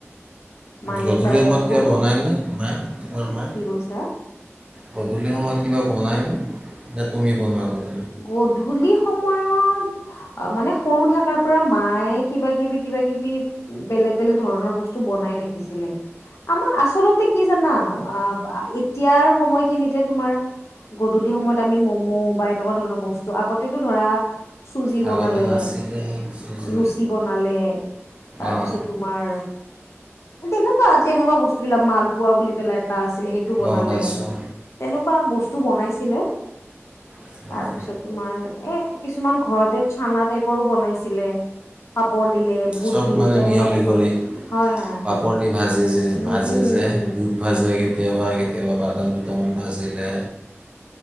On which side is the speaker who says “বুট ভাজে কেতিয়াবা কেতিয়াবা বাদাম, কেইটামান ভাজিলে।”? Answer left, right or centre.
Right